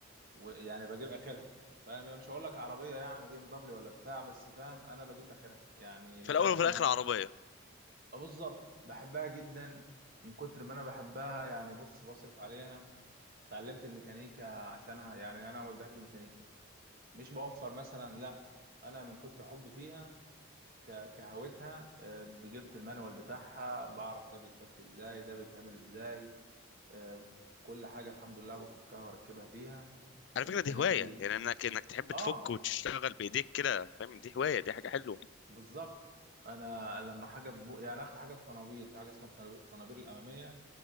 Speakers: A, on the right; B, on the left.
A: ويعني بجيب اخرها فاهم يعني مش هقول لك عربيه يعني بي ام دبليو ولا بتاع بس فاهم انا بجيب اخرها يعني لغايه
B: في الأول وفي
A: ما
B: الآخر عربية
A: آه بالظبط بحبها جدا من كتر ما انا بحبها يعني بص بصرف عليها اتعلمت الميكانيكا عشانها يعني انا ما وديهاش الميكانيكي مش بوفر مثلا لا انا من كتر حبي فيها ك- كهوتها آه، جبت المانوال بتاعها بعرف ده بيتفك ازاي ده بيتعمل ازاي آه، كل حاجة الحمد لله بفكها واركبها فيها
B: على
A: الميكانيكي
B: فكرة دي هواية يعني انك انك تحب
A: اه
B: تفك وتشتغل بإيديك كده فاهم دي هواية دي حاجة حلوة
A: بالظبط انا لما حاجة تبو... يعني اخر حاجة الطنابير في حاجة اسمها الطناب- الطنابير الامامية